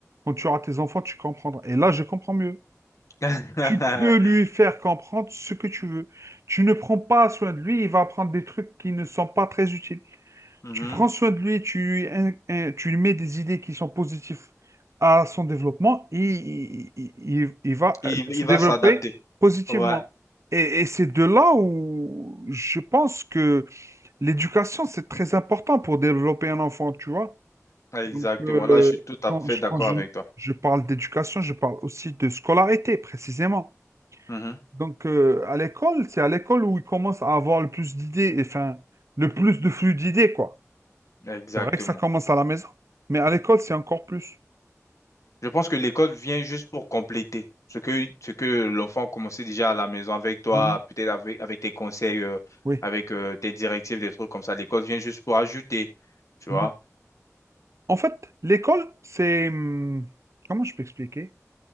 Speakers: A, on the right (about 60°); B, on the left (about 70°).
A: Quand tu auras tes enfants, tu comprendras. Et là, je comprends mieux.
B: <laughs>
A: Tu peux lui faire comprendre ce que tu veux. Tu ne prends pas soin de lui, il va apprendre des trucs qui ne sont pas très utiles.
B: Mhm.
A: Tu prends soin de lui, tu, in- in- tu lui mets des idées qui sont positives à son développement, il, il, il- il va
B: Il,
A: euh,
B: il
A: se
B: va
A: développer
B: s'adapter.
A: positivement.
B: Ouais,
A: Et, et c'est de là où je pense que l'éducation, c'est très important pour développer un enfant, tu vois.
B: exactement.
A: Donc, euh,
B: Là, je suis tout à
A: quand,
B: fait
A: je,
B: d'accord
A: quand je,
B: avec toi.
A: je parle d'éducation, je parle aussi de scolarité, précisément.
B: Mhm.
A: Donc, euh, à l'école, c'est à l'école où il commence à avoir le plus d'idées, enfin, le plus de flux d'idées, quoi.
B: Exactement.
A: C'est vrai que ça commence à la maison, mais à l'école, c'est encore plus.
B: Je pense que l'école vient juste pour compléter ce que, ce que l'enfant commençait déjà à la maison avec toi,
A: Mhm.
B: peut-être avec, avec tes conseils, euh,
A: Oui.
B: avec euh, tes directives, des trucs comme ça. L'école vient juste pour ajouter, tu
A: Mhm.
B: vois.
A: En fait, l'école, c'est... hum, Comment je peux expliquer?